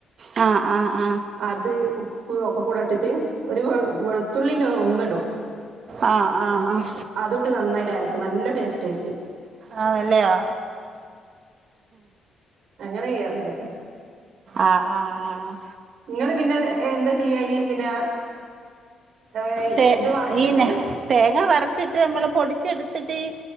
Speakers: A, on the right (about 55°); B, on the right (about 70°).
A: ആഹ് ആഹ്
B: അത് പൂവ ഒക്കെ കൂടെ ഇട്ടിട്ട് ഒരു വെളുത്തുള്ളിന്റെ ഒന്നിടും
A: ആഹ് ആഹ് ആഹ്
B: അതൂട്ട് നന്നായിട്ട് അരക്കും നല്ല ടേസ്റ്റാരിക്കും
A: ആ അല്ലയോ
B: അങ്ങനെ ചെയ്യാറുണ്ട്
A: ആ ആ ആഹ്
B: നിങ്ങള് പിന്നെ എന്താ ചെയ്യാ ഈ പിന്നെ ഏഹ്
A: തെ
B: ഇത് വറുത്തിട്ട്
A: ഈന തേങ്ങ വറുത്തിട്ട് നമ്മള് പൊടിച്ചെടുത്തിട്ട് ഈ